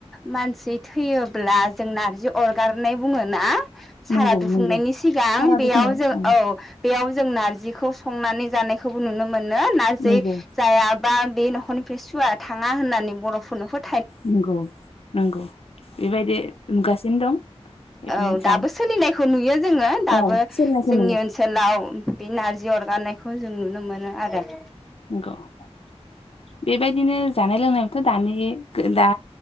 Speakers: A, in the centre; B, on the left.
A: मानसि थैयोब्ला जों नारजि अरगारनाय बुङो। ना? सारा
B: नंगौ
A: दुफुंनायनि
B: नंगौ
A: सिगां
B: सारादुखौनो
A: बेयाव जो
B: ओं
A: औ बेयाव जों नारजिखौ संनानै जानायखौबो नुनो मोनो नारजि
B: नंगौ
A: जायाबा बे न'खरनिफ्राय सुवा थाङा होननानै बर'फोरनो फोथ
B: नोंगौ नोंगौ बेबायदि नुगासिनो बिदिनो
A: औ
B: दं।
A: दाबो
B: जा
A: सोलिनाय खौ नुयो। जोङो दाबो
B: औ सोलिनाय खोनायो
A: जोंनि ओनसोलाव बे नारजि अरगारनायखौ जों नुनो मोनो आरो।
B: ग' बेबायदिनो जानाय लोंनायावबोथ' दानि गो दा